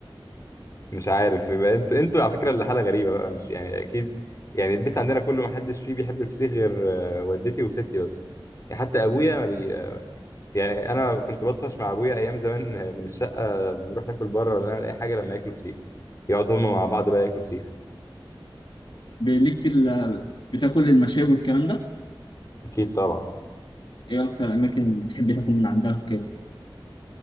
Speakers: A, on the left; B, on the left.
A: مش عارف يبقى انتوا انتوا على فكره اللي حاله غريبه بقى مش يعني اكيد يعني البيت عندنا كله ما حدش فيه بيحب الفسيخ غير آه، والدتي وستي بس يعني حتى ابويا ما بي آه، يعني انا كنت بطفش مع ابويا ايام زمان <laughs> آه، من الشقه بنروح ناكل بره ولا نعمل اي حاجه لما ياكلوا فسيخ يقعدوا هم مع بعض بقى ياكلوا فسيخ
B: ليك في ال- بتاكل المشاوي والكلام ده
A: اكيد طبعا
B: إيه أكتر أماكن بتحب تاكل من عندها وكده؟